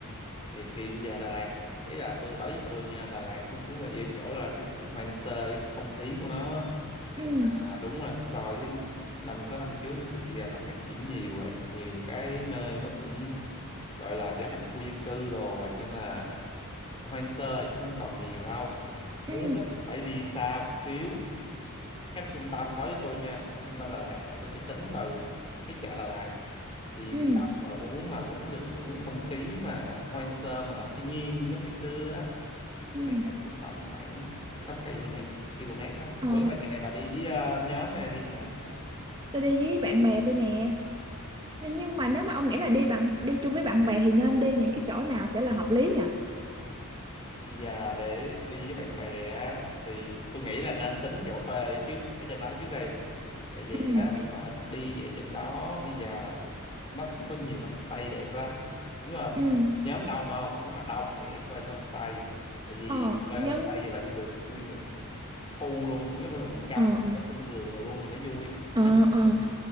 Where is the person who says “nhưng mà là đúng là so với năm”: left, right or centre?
Left